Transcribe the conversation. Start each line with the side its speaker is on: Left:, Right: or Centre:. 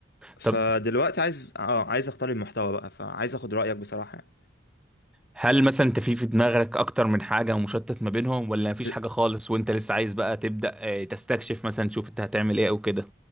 Left: فدلوقتي
Centre: طب
Left: عايز اه عايز اختار المحتوى بقى فعايز اخد رأيك بصراحة يعني.
Centre: هل مثلا انت في في دماغك اكتر من حاجه ومشتت ما بينهم ولا مفيش
Left: ب...
Centre: حاجه خالص وانت لسه عايز بقى تبدا آه، تستكشف مثلا تشوف انت هتعمل ايه او كده